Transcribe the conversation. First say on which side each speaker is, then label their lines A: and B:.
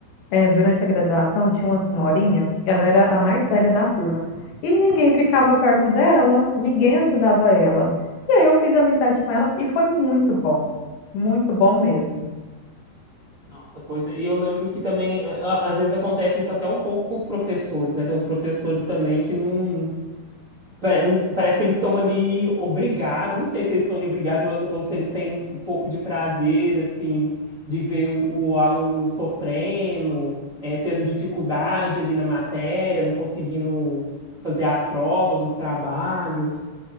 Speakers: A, on the left; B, on the right.
A: eh, durante a graduação tinha uma senhorinha, ela era a mais velha da turma, e ninguém ficava perto dela, ninguém ajudava ela. E aí eu fiz amizade com ela e foi muito bom, muito bom mesmo.
B: Nossa, pois é. E eu lembro que também, a- a- às vezes acontece isso até um pouco com os professores, né? Tem uns professores também que não. Parece, parece que eles estão ali obrigados, não sei se eles estão ali obrigados, mas, ou se eles têm um pouco de prazer, assim, de ver o, o aluno sofrendo, é, tendo dificuldade ali na matéria, não conseguindo fazer as provas, os trabalhos.